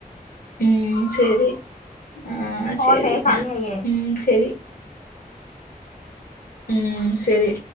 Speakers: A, on the left; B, on the left.
A: ഉം ശരി ആഹ്
B: ഞാൻ പോട്ടെ
A: ശരി
B: സമയായേ
A: ഞാ ഉം ശരി ഉം ശരി